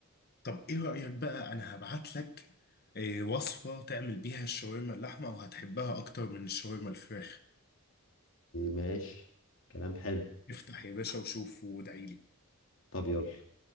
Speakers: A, on the left; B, on the left.
A: طب ايه رأيك بقى انا هبعت لك آه، وصفة تعمل بيها الشاورما اللحمة وهتحبها اكتر من الشاورما الفراخ
B: ماشي كلام حلو
A: افتح يا باشا وشوف وادعيلي
B: طب يلا